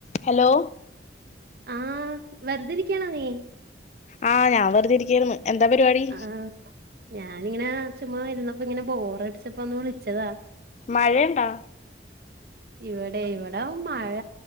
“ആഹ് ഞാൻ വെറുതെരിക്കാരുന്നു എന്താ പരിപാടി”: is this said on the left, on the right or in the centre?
Left